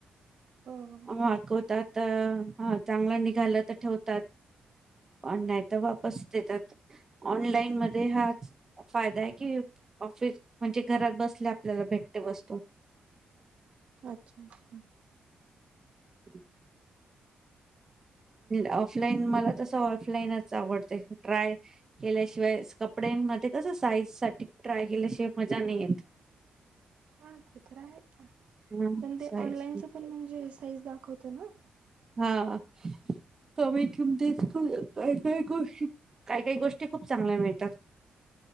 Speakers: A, on the right; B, on the right.
A: हो
B: मागवतात चांगला निघाला तर ठेवतात पण नाहीतर वापस देतात ऑनलाईन मध्ये हाच फायदा आहे की ऑफिस म्हणजे घरात बसले आपल्याला भेटते वस्तू
A: अच्छा अच्छा
B: हम् ऑफलाईन मला तस ऑफलाईनच आवडते ट्राय केल्याशिवाय कपड्यांमध्ये कस साईज साठी ट्राय केल्याशिवाय मजा नाही येत
A: हा ते तर आहे
B: हां,
A: पण ते
B: साईज.
A: ऑनलाईनच पण म्हणजे साईज दाखवत ना
B: हां. कमी किमतीत काय काही गोष्टी काय काही गोष्टी खूप चांगल्या मिळतात